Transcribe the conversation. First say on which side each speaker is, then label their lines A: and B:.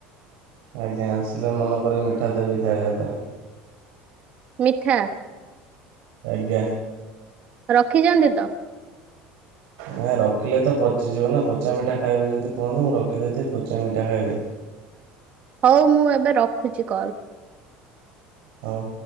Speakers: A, on the right; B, on the right.
A: ଆଜ୍ଞା ଆସିଲେ ମନେକରି ମିଠା ଦେବି ଖାଇବା ପାଇଁ।
B: ମିଠା।
A: ଆଜ୍ଞା।
B: ରଖିଛନ୍ତି ତ।
A: ନାଇଁ ରଖିଲେ ତ ପଚିଯିବ ନା ପଚା ମିଠା ଖାଇବେ ଯଦି କୁହନ୍ତୁ ମୁଁ ରଖି ଦେଇଥିବି ପଚା ମିଠା ଖାଇବେ।
B: ହଉ ମୁଁ ଏବେ ରଖୁଛି କଲ୍।
A: ହଉ।